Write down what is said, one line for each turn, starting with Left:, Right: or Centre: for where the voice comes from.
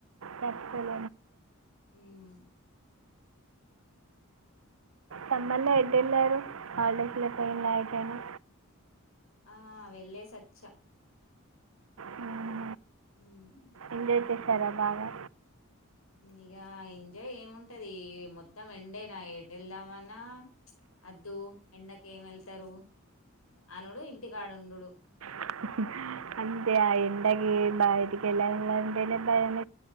Right: తట్టుకోలే
Left: అమ్
Right: తమ్మల్లో ఎట్టు వెళ్ళారు హాలిడేస్ లో పోయిన నయిట్ నేను
Left: ఆ వెళ్ళేసి వచ్చా
Right: హుహు.
Left: హమ్
Right: ఎంజాయ్ చేశారా బాగా
Left: ఇగ ఇంజాయ్ ఏముంటది మొత్తం ఎండే నా ఏట్టు వెళ్దామన్నా అద్దు ఎండకి ఏం వెళ్తారు అనుడు ఇంటికాడ ఉండుడు
Right: <inaudible> అంటే ఆ ఎండకి బయటికి వెళ్లాలంటేనే భయం